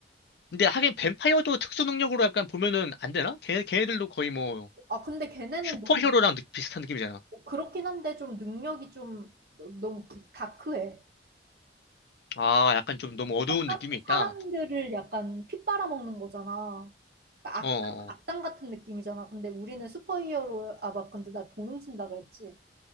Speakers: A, on the left; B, on the right.
A: 근데 하긴 뱀파이어도 특수 능력으로 약간 보면은 안 되나? 걔, 걔네들도 거의 뭐
B: 아, 근데 걔네는
A: 슈퍼히어로랑
B: 너무
A: 느- 비슷한 느낌이잖아.
B: 그렇긴 한데 좀 능력이 좀 너- 너무 부- 다크해.
A: 아, 약간 좀 너무 어두운
B: 아, 사,
A: 느낌이 있다.
B: 사람들을 약간 핏 빨아먹는 거잖아. 그러니까
A: 어,
B: 악, 악당
A: 어,
B: 같은 느낌이잖아. 근데 우리는 슈퍼히어로, 아, 막 근데 나 돈 훔친다 그랬지.